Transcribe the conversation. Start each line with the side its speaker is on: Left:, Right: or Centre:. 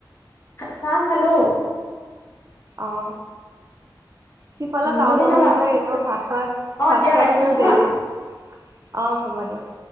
Left: চাহ খালো।
Right: অ সিফালে
Left: উম,
Right: টাউনৰ
Left: তুমি খালা?
Right: মানুহ বিলাক এনেও ভাত খোৱা
Left: অ',
Right: ভাত
Left: দিয়া
Right: খোৱাটো
Left: ৰাখিছো
Right: এনেও দেৰিয়ে।
Left: হা।
Right: অ হ'ব দিয়ক।